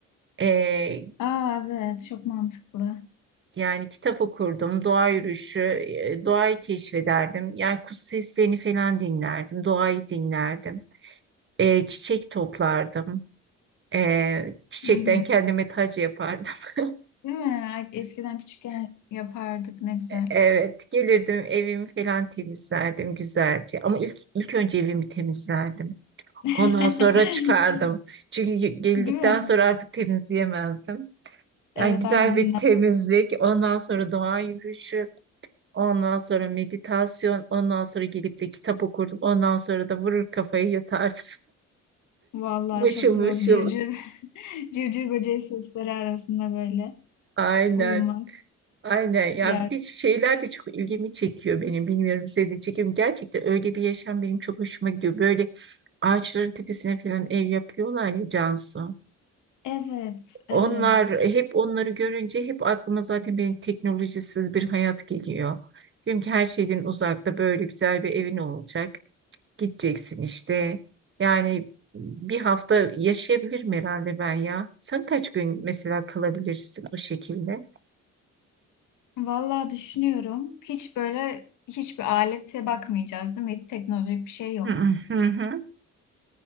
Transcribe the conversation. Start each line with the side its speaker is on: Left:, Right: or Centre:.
Right: Ee,
Left: Aa evet. Çok mantıklı.
Right: yani kitap okurdum, doğa yürüyüşü, e, doğayı keşfederdim. Yani kuş seslerini falan dinlerdim, doğayı dinlerdim. Ee, çiçek toplardım. Ee, çiçekten
Left: Hı hı.
Right: kendime tac yapardım. <laughs>
Left: Değil mi? Ay, Eskiden küçükken yapardık. Ne güzel.
Right: Evet, gelirdim evimi falan temizlerdim güzelce. Ama ilk ilk önce evimi temizlerdim.
Left: <laughs>
Right: Ondan sonra çıkardım. Çünkü geldikten
Left: Değil mi?
Right: sonra artık temizleyemezdim. Yani
Left: Evet
Right: güzel
Left: artık dinlen.
Right: bir temizlik, ondan sonra doğa yürüyüşü, ondan sonra meditasyon, ondan sonra gelip de kitap okurdum. Ondan sonra da vurur kafayı yatardım.
Left: Vallahi
Right: <laughs> Mışıl
Left: çok
Right: mışıl.
Left: güzel oldu. Cırcır, <laughs> cırcır böceği sesleri arasında böyle
Right: Aynen.
Left: uyumak.
Right: Aynen. Ya
Left: Ya
Right: bir de şeyler de çok ilgimi çekiyor benim. Bilmiyorum seni çekiyor mu? Gerçekten öyle bir yaşam benim çok hoşuma gidiyor. Böyle ağaçların tepesine falan ev yapıyorlar ya Cansu.
Left: evet,
Right: Onlar
Left: evet.
Right: e, hep onları görünce hep aklıma zaten benim teknolojisiz bir hayat geliyor. Diyorum ki her şeyden uzakta böyle güzel bir evin olacak. Gideceksin işte. Yani bir hafta yaşayabilirim herhalde ben ya. Sen kaç gün mesela kalabilirsin o şekilde?
Left: Vallahi düşünüyorum. Hiç böyle hiçbir alete bakmayacağız, değil mi? Hiç teknolojik bir şey yok.
Right: Hı hı hı